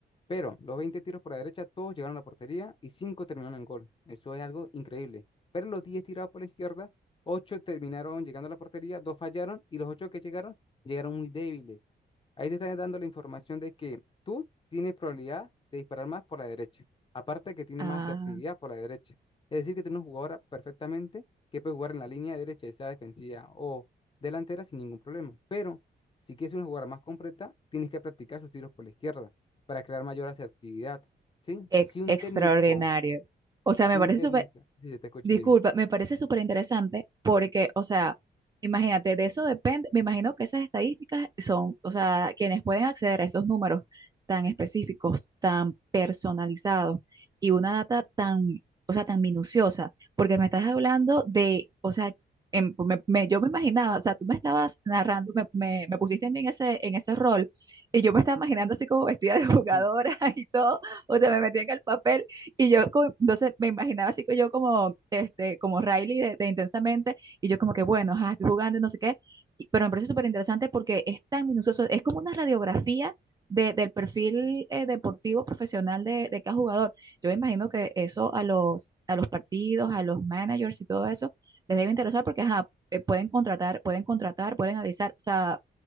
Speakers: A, on the left (about 30°); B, on the right (about 20°).
A: Pero los 20 tiros por la derecha, todos llegaron a la portería y 5 terminaron en gol. Eso es algo increíble. Pero los 10 tirados por la izquierda, 8 terminaron llegando a la portería, 2 fallaron y los 8 que llegaron, llegaron muy débiles. Ahí te están dando la información de que tú tienes probabilidad de disparar más por la derecha. Aparte que tiene
B: ah.
A: más asertividad por la derecha. Es decir, que tiene una jugadora perfectamente que puede jugar en la línea derecha, ya sea defensiva o delantera sin ningún problema. Pero si quieres una jugadora más completa, tienes que practicar sus tiros por la izquierda para crear mayor asertividad, ¿sí?
B: Ex-
A: Si un
B: extraordinario.
A: técnico,
B: O sea,
A: si
B: me
A: un
B: parece
A: técnico,
B: súper
A: sí sí, te escucho,
B: Disculpa,
A: dime.
B: me parece súper interesante porque, o sea, imagínate, de eso depende, me imagino que esas estadísticas son, o sea, quienes pueden acceder a esos números tan específicos, tan personalizados y una data tan, o sea, tan minuciosa, porque me estás hablando de, o sea, en- me- me- yo me imaginaba, o sea, tú me estabas narrando, me, me, me pusiste en ese, en ese rol y yo me estaba imaginando así como vestida de jugadora
A: Mm.
B: <laughs> y todo, o sea, me metí en el papel y yo, co- entonces me imaginaba así que yo como, este, como Riley de, de Intensamente, y yo como que, bueno, ajá, estoy jugando, y no sé qué, y- pero me parece súper interesante porque es tan minucioso, es como una radiografía de- del perfil eh, deportivo profesional de, de cada jugador. Yo me imagino que eso a los, a los partidos, a los managers y todo eso, les debe interesar porque ajá, eh, pueden contratar, pueden contratar, pueden analizar, o sea,